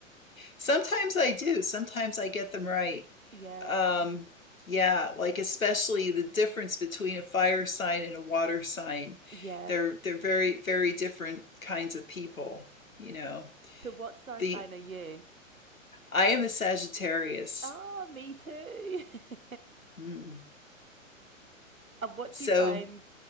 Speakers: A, on the left; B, on the right.
A: Sometimes I do. Sometimes I get them right.
B: Yeah.
A: Um, yeah, like especially the difference between a fire sign and a water sign.
B: Yeah.
A: They're they're very, very different kinds of people, you know.
B: So what star
A: The
B: sign are you?
A: I am a Sagittarius.
B: Oh, me too. <laughs>
A: Mm.
B: And what
A: So,
B: do you find?